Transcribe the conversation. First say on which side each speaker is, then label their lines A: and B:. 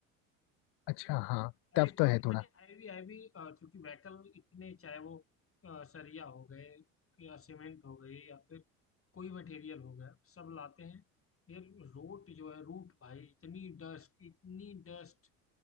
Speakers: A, on the left; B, on the left.
A: अच्छा हाँ
B: और
A: टफ
B: एक
A: तो
B: तो
A: है
B: इतने
A: थोड़ा
B: हैवी हैवी क्योंकि व्हीकल इतने चाहे वो अ, सरिया हो गए या सीमेंट हो गई या फिर कोई मटेरियल हो गया सब लाते हैं ये रोड जो है रूट भाई इतनी डस्ट इतनी डस्ट